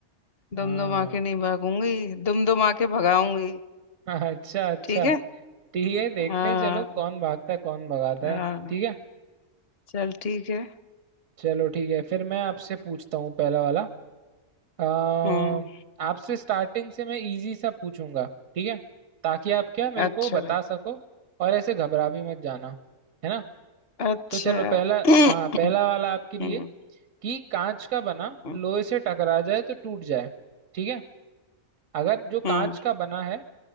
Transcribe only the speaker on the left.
दुम दुम आके नहीं भागूंगी दुम दुम आके भगाऊंगी
ठीक है
हाँ
हाँ
चल ठीक है
हम्म
अच्छा
अच्छा
<clears throat>
हम्म
हम्म
हम्म